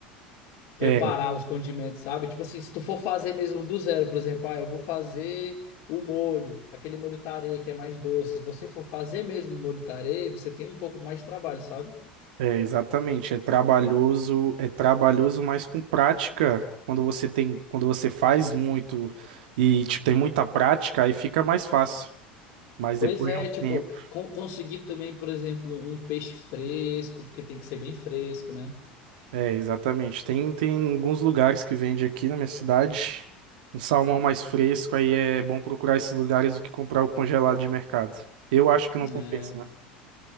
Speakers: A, on the left; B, on the right.
A: preparar
B: É,
A: os condimentos, sabe? Tipo assim, se tu for fazer mesmo do zero, por exemplo, ah, eu vou fazer o molho, aquele molho tarê que é mais doce. Se você for fazer mesmo o molho tarê, você tem um pouco mais de trabalho, sabe?
B: é exatamente, é trabalhoso, é trabalhoso, mas com prática, quando você tem, quando você faz muito e tipo, tem muita prática, aí fica mais fácil. Mas
A: Pois
B: depois
A: é,
B: de um
A: tipo,
B: tempo
A: con- conseguir também, por exemplo, um peixe fresco, porque tem que ser bem fresco, né?
B: É, exatamente. Tem, tem alguns lugares que vende aqui na minha cidade. Um salmão mais fresco, aí é bom procurar esses lugares do que comprar o congelado de mercado. Eu acho que não compensa,
A: É,
B: né?